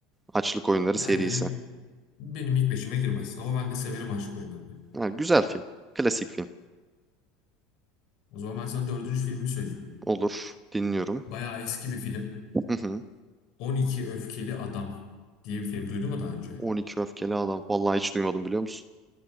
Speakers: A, on the right (about 15°); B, on the left (about 55°).
A: Açlık Oyunları
B: Yani
A: serisi.
B: benim benim ilk beşime girmez ama ben de severim aşk oyunlarını.
A: Yani güzel film. Klasik film.
B: O zaman ben sana dördüncü filmi söyleyeyim.
A: Olur. Dinliyorum.
B: Bayağı eski bir film.
A: Hı hı.
B: 12 Öfkeli Adam diye bir film duydun mu daha önce?
A: 12 öfkeli adam. Vallahi hiç duymadım biliyor musun?